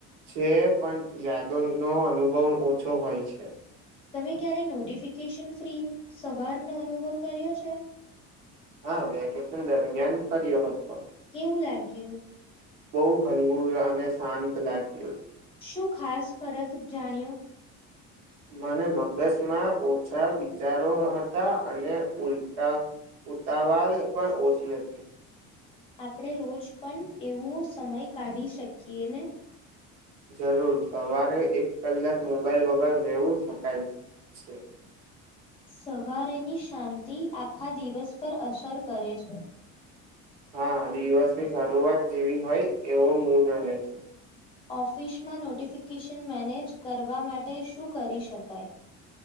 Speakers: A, on the right (about 70°); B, on the left (about 15°).
A: છે પણ યાદો નો અનુભવ ઓછો હોય છે.
B: તમે ક્યારે નોટિફિકેશન ફ્રી સવારનો અનુભવ કર્યો છે.
A: હા વેકેશન દરમિયાન ફ્યો હતો.
B: કેવું લાગ્યું.
A: બહુ હલવું અને શાંત લાગ્યું.
B: શું ખાસ ફરક જાણ્યો.
A: મને મગજમાં ઓછા વિચારો હતા અને ઉલ્ટા ઉતાવાલ પણ ઓછી હતી.
B: આપણે રોજ પણ એવો સમય કાઢી શકીએ ને
A: જરૂર સવારે એક કલાક મોબાઈલ વગર રહેવું શકાય છે.
B: સવારેની શાંતિ આખા દિવસ પર અસર કરે છે.
A: હા દિવસની શરૂઆત જેવી હોય એવો મૂડ રહે છે.
B: ઓફિસમાં નોટિફિકેશન મેનેજ કરવા માટે શું કરી શકાય.